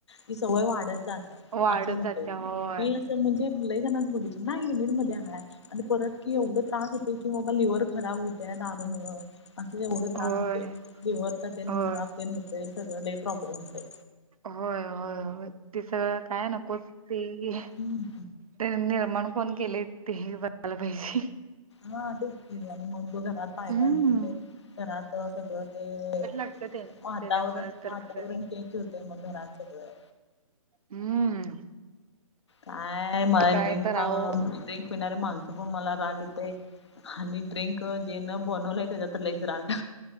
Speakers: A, on the left; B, on the right.
A: ती सवय वाढत जात
B: वाढत
A: असं होत
B: जात्या होय
A: म्हणजे लई जणच बघाच नाही लिमिट म हाय आणि परत की एवढं. त्रास होतो की बबा लिव्हर खराब होत दारूमुळ. असे तेवढे त्रास
B: होय
A: होते लिवरचा तेल
B: होय
A: खराब तेल होते सगळं प्रॉब्लेम होते.
B: होय होय होय ते सगळं काय नकोच. ते
A: हम्म
B: ते निर्माण कोण केले ते बघलं पाहिजे.
A: ह ते. आणि मग त घरात पायताय
B: हम्म.
A: म्हणजे घरात सगळं ते.
B: ते.
A: वातावरण
B: त्याच्यामुळेच तर
A: वातावरण
B: खरं
A: केक होतय मग घरात सगळं.
B: हम्म.
A: काय मला
B: काय
A: ड्रिंक
B: तर
A: खा
B: आहो
A: म ड्रिंक. पिणारे माणसं पण मला राग येते आणि ड्रिंक जेन बनवलंय त्याच्यात लईच राग.